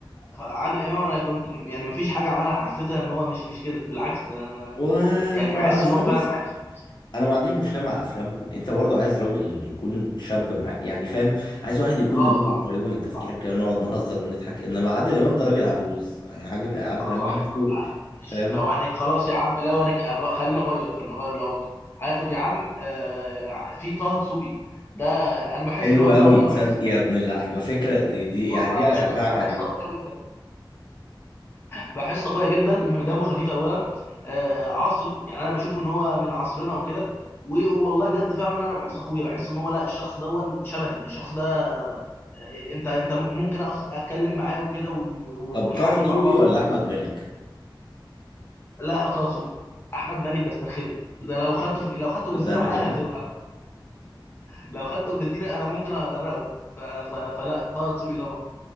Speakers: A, on the left (about 25°); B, on the left (about 60°).
A: عادل امام انا كنت م- يعني مفيش حاجه عملها حسيتها ان هو مش مش كده بالعكس ده انا
B: وما
A: يعني بحس
B: اصل
A: ان هو فعلا
B: بص
A: عايش
B: انا ما عنديش مشكله مع افلامهم انت برضو عايز راجل يكون شاب معاك يعني فاهم عايز واحد يكون
A: اه
B: دماغه
A: صح
B: قريبه من تفكيرك
A: صح
B: كده نقعد نهزر ونضحك انما عادل امام ده راجل عجوز يعني عادل عادل امام
A: صح
B: عنده
A: صح يعني ماشي
B: فاهم
A: لو انا خلاص يا عم لو انا أغ- خلينا اغير خلينا اغير اللي انا قلته هاخد يا عم آه، في طه دسوقي ده انا بحس
B: حلو
A: الواد
B: قوي
A: ده والله
B: <laughs> تصدق
A: بحس
B: يا ابن اللعيبه فكره دي دي-
A: والله
B: يعني دي اشجعك
A: ب- بحس
B: عليها
A: اخويا جدا بحس اخويا جدا م- دمه خفيف اولا آه، عصري يعني انا بشوف ان هو من عصرنا وكده و- والله بجد فعلا انا بحس اخويا بحس ان هو لا الشخص ده شبهي الشخص ده آه، انت انت ممكن أقف- اتكلم معاه وكده ون- ون-
B: طب
A: ونحكي
B: طه دسوقي
A: مع بعض
B: ولا احمد مالك
A: لا طه دسوقي احمد مالك بسترخمه ده لو خدته في لو خدته
B: تصدق
A: جزيره
B: انا
A: معايا
B: كمان
A: هقتله على فكرة. لو خدته الجزيره انا ممكن اغرقه ف... ف... فلا طه دسوقي طبعا